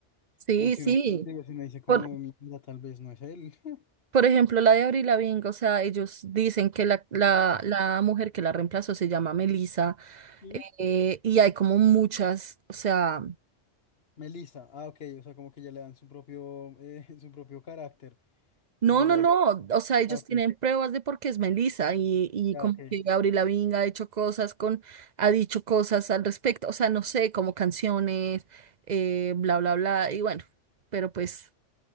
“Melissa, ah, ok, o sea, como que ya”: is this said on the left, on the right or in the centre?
Left